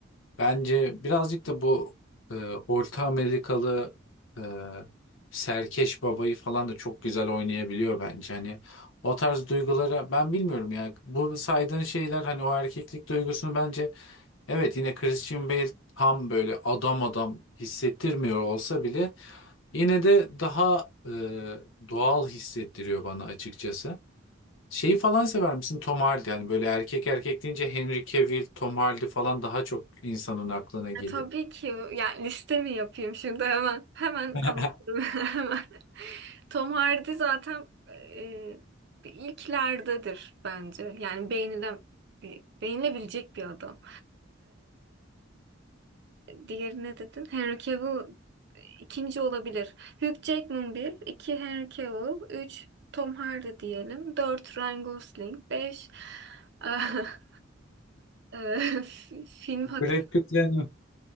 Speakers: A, on the left; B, on the right.
A: Bence birazcık da bu e, Orta Amerikalı e, serkeş babayı falan da çok güzel oynayabiliyor bence. Hani o tarz duygulara ben bilmiyorum ya. Bu saydığın şeyler hani o erkeklik duygusunu bence evet yine Christian Bale tam böyle adam adam hissettirmiyor olsa bile Yine de daha e, doğal hissettiriyor bana açıkçası. Şeyi falan sever misin? Tom Hardy. Yani böyle erkek erkek deyince Henry Cavill, Tom Hardy falan daha çok insanın aklına geliyor.
B: E, tabii ki yani liste mi yapayım şimdi hemen hemen
A: <laughs>
B: anlatırım <laughs> hemen. Tom Hardy zaten e, ilklerdedir bence. Yani beğenilen beğenilebilecek bir adam. Diğeri ne dedin? Henry Cavill ikinci olabilir. Hugh Jackman bir, iki Henry Cavill, üç Tom Hardy diyelim, dört Ryan Gosling, beş <laughs> ah, eh, film
A: Brad
B: hatır.
A: Pitt'le hanım.